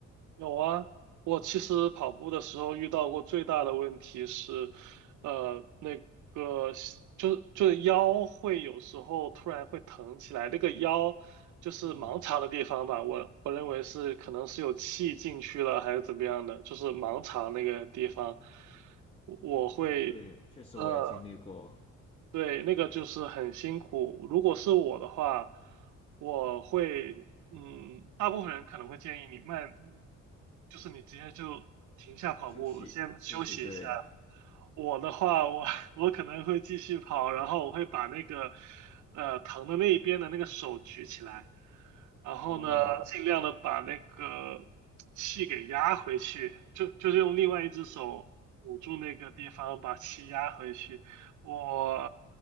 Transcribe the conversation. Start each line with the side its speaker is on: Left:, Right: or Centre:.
Right: 有啊，我其实跑步的时候遇到过最大的问题是，呃，那个就是就是腰会有时候突然会疼起来，那个腰就是盲肠的地方吧，
Left: 嗯，
Right: 我我认为是可能是有气进去了还是怎么样的，就是盲肠那个地方，我我会呃。
Left: 哦，对，确实我也经历过
Right: 对，那个就是很辛苦。如果是我的话，我会，嗯，大部分人可能会建议你慢，就是你直接就停下跑步，
Left: 休息，
Right: 先休息一下。
Left: 休息，对，
Right: 我的话，我 <laughs> 我可能会继续跑，然后我会把那个，呃，疼的那一边的那个手举起来，然后呢，
Left: 哦，
Right: 尽量的把那个气给压回去，就就是用另外一只手捂住那个地方，把气压回去。我